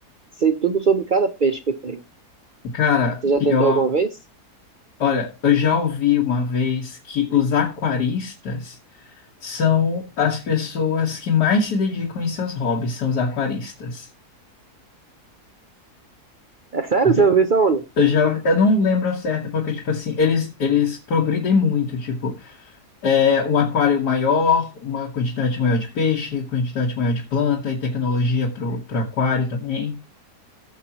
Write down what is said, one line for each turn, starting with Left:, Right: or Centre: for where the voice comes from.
Right: Sei tudo sobre cada peixe que eu tenho.
Left: Cara,
Right: Você já
Left: pior.
Right: tentou alguma vez?
Left: Olha, eu já ouvi uma vez que os aquaristas são as pessoas que mais se dedicam em seus hobbies, são os aquaristas.
Right: É sério?
Left: Porque
Right: Você ouviu isso aonde?
Left: eu já, eu não lembro ao certo, porque, tipo assim, eles, eles progridem muito, tipo, é, um aquário maior, uma quantidade maior de peixe, quantidade maior de planta e tecnologia pro, pro aquário também.